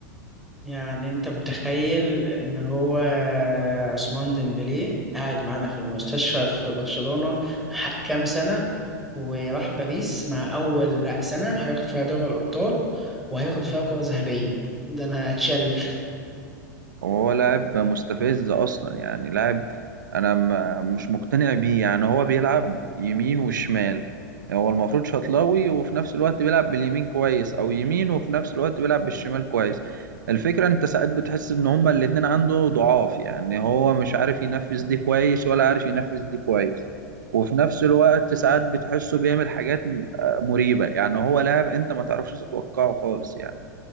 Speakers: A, in the centre; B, on the right (about 80°).
A: يعني أنت متخيل إن هو عثمان ديمبلي قاعد معانا في المستشفى في برشلونة ح- كام سنة وراح باريس مع أول سنة هياخد فيها دوري الأبطال وهياخد فيها كرة ذهبية ده أنا أتشل
B: هو لاعب مستفز اصلا يعني لاعب انا م- مش مقتنع بيه يعني هو بيلعب يمين وشمال هو المفروض شطلاوي وفي نفس الوقت بيلعب باليمين كويس او يمين وفي نفس الوقت بيلعب بالشمال كويس الفكرة انت ساعات بتحس ان هما الاتنين عنده ضعاف يعني هو مش عارف ينفذ دي كويس ولا عارف ينفذ دي كويس وفي نفس الوقت ساعات بتحسه بيعمل حاجات م- آه، مريبة يعني هو لاعب انت ما تعرفش تتوقعه خالص يعني